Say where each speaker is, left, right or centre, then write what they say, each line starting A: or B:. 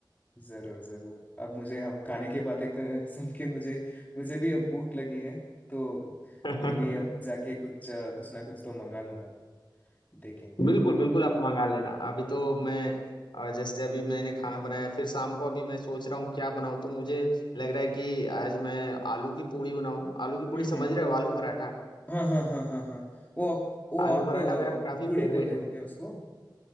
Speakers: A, on the left; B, on the left.
A: जरूर जरूर अब मुझे हम खाने की बातें कर- सुन के मुझे मुझे भी अब भूख लगी है तो
B: <laughs>
A: मैं भी अब जाके कुछ अ, कुछ ना कुछ तो मंगा लूंगा देखेंगे यार
B: बिल्कुल बिल्कुल आप मंगा लेना अभी तो मैं अ, जैसे अभी मैंने खाना बनाया फिर शाम को अभी मैं सोच रहा हूँ क्या बनाऊँ तो मुझे लग रहा है कि आज मैं आलू की पूड़ी बनाऊँ आलू की
A: हम्म
B: पूड़ी समझ
A: हम्म
B: रहे हो आलू पराठा
A: हाँ हाँ हाँ हाँ हाँ वो आप वो
B: आलू
A: आप
B: पराठा
A: अ,
B: मेरा काफी
A: पूड़ी
B: फेवरेट
A: बोलते हो
B: है
A: क्या उसको